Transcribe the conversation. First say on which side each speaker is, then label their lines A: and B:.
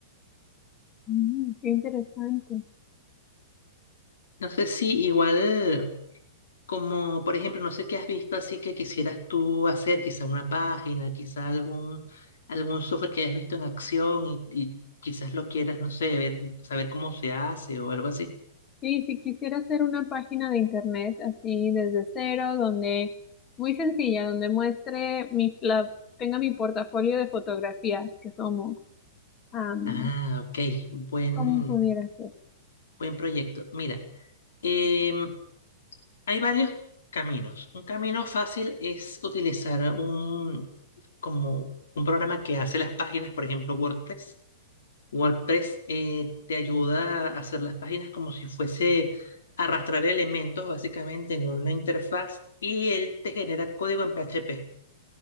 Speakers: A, on the left; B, on the left.
A: Mm, qué interesante.
B: No sé si igual, como por ejemplo, no sé qué has visto así que quisieras tú hacer, quizá una página, quizá algún, algún software que hayas visto en acción y, y quizás lo quieras, no sé, ver, saber cómo se hace o algo así.
A: Sí, si quisiera hacer una página de internet así desde cero, donde muy sencilla, donde muestre mi, la, tenga mi portafolio de fotografías que tomo. Am,
B: Ah, ok, buen,
A: ¿cómo pudiera ser?
B: buen proyecto. Mira, em, hay varios caminos. Un camino fácil es utilizar un, como un programa que hace las páginas, por ejemplo, WordPress. WordPress eh, te ayuda a hacer las páginas como si fuese arrastrar elementos básicamente en una interfaz y él te genera código en PHP.